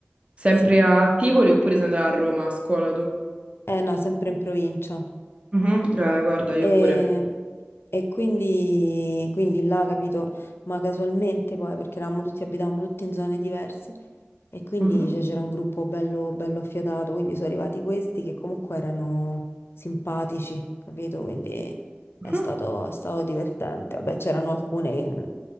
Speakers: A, on the right (about 30°); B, on the left (about 75°).
A: Sempre
B: Sì.
A: a Tivoli oppure sei andata a Roma a scuola tu?
B: Eh no, sempre in provincia.
A: Mhm, Eh, guarda, io
B: E,
A: pure.
B: e quindi, quindi là, capito, ma casualmente poi, perché eravamo tutti, abitavamo tutti in zone diverse, e quindi
A: Mhm,
B: cioè, c'era un gruppo bello, bello affiatato, quindi sono arrivati questi che comunque erano simpatici, capito? Quindi è
A: mhm.
B: stato, è stato divertente. Vabbè, c'erano alcune che mm,